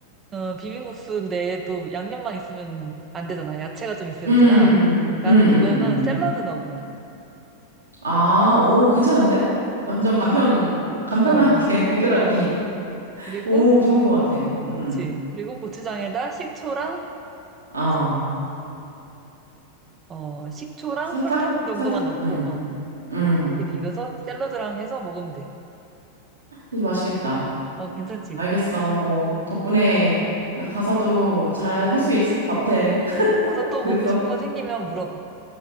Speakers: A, on the right; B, on the right.
A: 어, 비빔국수인데 또 양념만 있으면 안 되잖아. 야채가 좀 있어야
B: 음,
A: 되잖아. 나는
B: 음, 음,
A: 그거는
B: 음.
A: 샐러드 넣어, 그냥.
B: 아, 오, 괜찮은데? 완전 간편, 간편하게
A: 어, 어,
B: <laughs> 해결하기.
A: 어, 어. 그리고,
B: 오, 좋은 것 같아. 음,
A: 그치. 그리고 고추장에다 식초랑,
B: 어.
A: 이제, 어, 식초랑
B: 설탕?
A: 설탕 정도만
B: 설탕?
A: 넣고,
B: 음,
A: 어.
B: 음.
A: 이렇게 비벼서 샐러드랑 해서 먹으면 돼.
B: 아주 맛있겠다.
A: 어, 괜찮지?
B: 알겠어. 어, 덕분에 나 가서도 잘 할 수 있을 것 같아. <laughs>
A: 가서 또
B: 그래서
A: 먹고 싶은 거 생기면 물어봐.